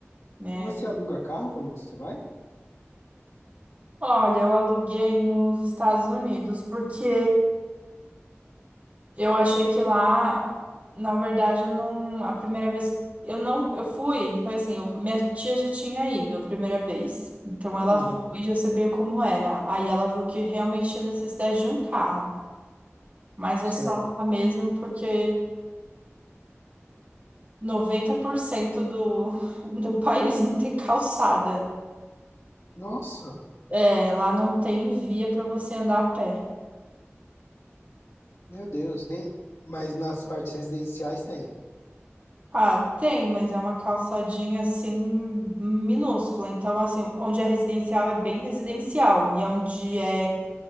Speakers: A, on the right; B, on the left.
A: né?
B: E você aluga carro quando você vai?
A: Olha, eu aluguei nos Estados Unidos porque eu achei que lá, na verdade, eu não, a primeira vez eu não, eu fui, foi assim, eu, fui- minha tia já tinha ido a primeira vez. Então ela
B: Uhum,
A: foi e já sabia como era. Aí ela viu que realmente tinha necessidade de um carro, mas é
B: certo.
A: só lá mesmo porque 90% do <laughs> do país não tem calçada.
B: Nossa,
A: É, lá não tem via para você andar a pé.
B: meu Deus, nem. Mas nas partes residenciais tem.
A: Ah, tem, mas é uma calçadinha assim minúscula. Então, assim, onde é residencial é bem residencial e onde é